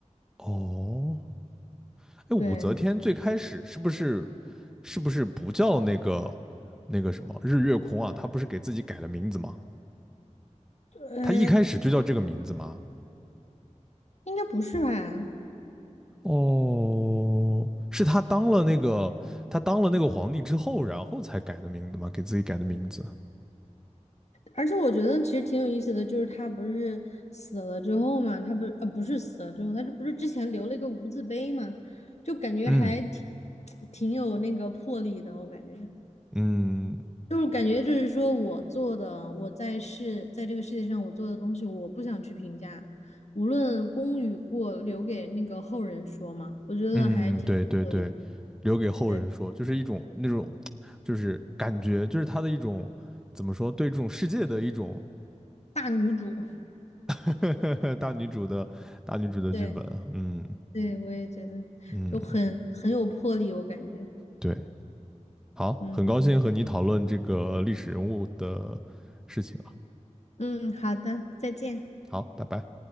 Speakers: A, in the centre; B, on the left.
A: 哦，哎，
B: 对，
A: 武则天最开始是不是是不是不叫那个那个什么日月空啊？她不是给自己改了名字吗？
B: 呃，
A: 她一开始就叫这个名字吗？
B: 应该不是吧？
A: 哦，是她当了那个她当了那个皇帝之后，然后才改的名字吗？给自己改的名字？
B: 而且我觉得其实挺有意思的，就是他不是死了之后嘛，他不呃不是死了之后，他这不是之前留了一个无字碑嘛，就感觉还挺
A: 嗯
B: 挺有那个魄力的，我感觉
A: 嗯
B: 就是感觉就是说我做的，我在世在这个世界上我做的东西，我不想去评价，无论功与过，留给那个后人说嘛，我觉得还挺有魄力的，
A: 嗯，对对对。留给后人说，
B: 对，
A: 就是一种那种就是感觉就是他的一种怎么说对这种世界的一种
B: 大女主，
A: <laughs> 大女主的大女主的剧本啊，
B: 对
A: 嗯
B: 对，我也觉得就很很有魄力，
A: 嗯，
B: 我感觉，
A: 对，好，
B: 嗯。
A: 很高兴和你讨论这个历史人物的事情啊，
B: 嗯，好的，再见。
A: 好，拜拜。